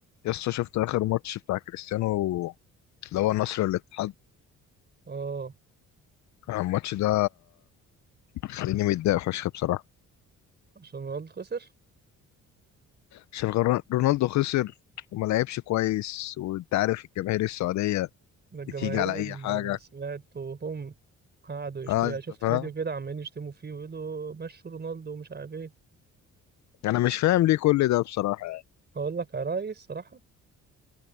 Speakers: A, on the left; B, on the right.
A: يسطا شفت آخر ماتش بتاع كريستيانو اللي هو النصر والاتحاد
B: اه
A: الماتش ده خليني متضايق فشخ بصراحة
B: عشان رونالدو خسر
A: عشان غر- رونالدو خسر وما لعبش كويس وانت عارف الجماهير السعودية
B: ده الجماهير
A: بتيجي على أي
B: اللي
A: حاجة
B: انا سمعت وهم قعدوا يشتموا
A: اه انت
B: شفت
A: فاهم
B: فيديو كده عمالين يشتموا فيه ويقولوا مشوا رونالدو ومش عارف ايه
A: انا مش فاهم ليه كل ده بصراحة يعني
B: اقول لك يا ريس صراحة